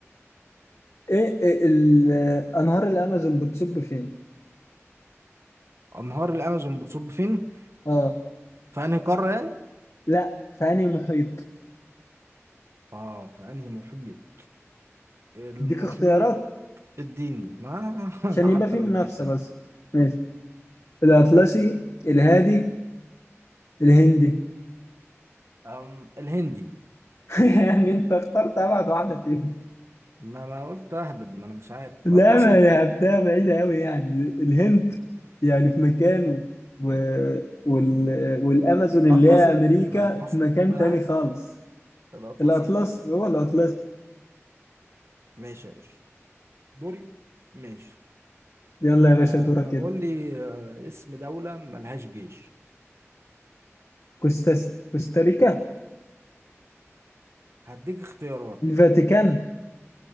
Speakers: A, on the left (about 65°); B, on the right (about 65°).
A: ايه إيه ال... انهار الامازون بتصب فين
B: انهار الامازون بتصب فين
A: اه
B: في انهي قاره يعني
A: لا في انهي محيط
B: اه في انهي محيط المحيط
A: اديك اختيارات
B: الديني ما أنا
A: عشان يبقى
B: <laughs> حتى
A: في
B: لو
A: منافسة
B: اديتني
A: بس ماشي الأطلسي الهادي الهندي
B: أم الهندي
A: <laughs> يعني انت اخترت ابعد واحدة فيهم
B: ما انا قلت اهبد ما انا مش عارف
A: لا
B: الاطلسي
A: ما لعبتها بعيدة أوي يعني الهند يعني في مكان و... وال... والأمازون
B: الاطلسي
A: اللي هي أمريكا
B: الاطلسي
A: في مكان
B: ما انا
A: تاني
B: عارف
A: خالص
B: الاطلسي
A: الأطلس هو الأطلس
B: ماشي يا باشا دوري ماشي
A: يلا يا
B: آه
A: باشا دورك
B: طب
A: كده
B: قول لي آه اسم دولة ملهاش جيش
A: كوستاس... كوستاريكا
B: هديك اختيارات
A: الفاتيكان